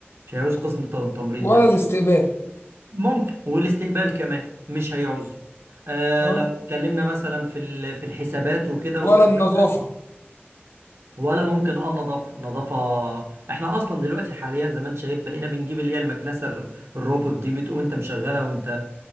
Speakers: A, on the right (about 75°); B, on the left (about 85°).
A: مش هيعوز قسم التمريض
B: ولا
A: ده
B: الاستقبال
A: ممكن والاستقبال كمان مش هيعوزه آه
B: اه
A: لو اتكلمنا مثلا في ال- في الحسابات وكده
B: ولا
A: والكلام
B: النظافة
A: ولا ممكن اه النظافه النظافه احنا اصلا دلوقتي حاليا زي ما انت شايف بقينا بنجيب اللي هي المكنسه الر- الروبوت دي بتقوم انت مشغلها وانت